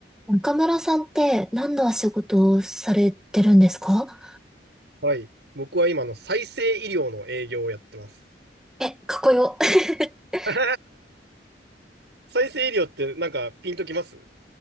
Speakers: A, in the centre; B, on the right.
A: 中村さんって何のお仕事をされてるんですか
B: はい。僕は今の再生医療の営業をやってます。
A: え、かっこよ。<laughs>
B: <laughs> 再生医療ってなんかピンときます